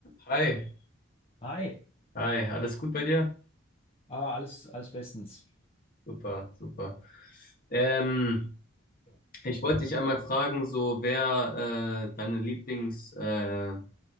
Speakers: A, on the left (about 45°); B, on the left (about 30°).
A: Hi,
B: Hi,
A: hi, alles gut bei dir?
B: ah, alles, alles bestens.
A: Super, super. Ähm, ich wollte dich einmal fragen, so wer äh, deine Lieblings äh,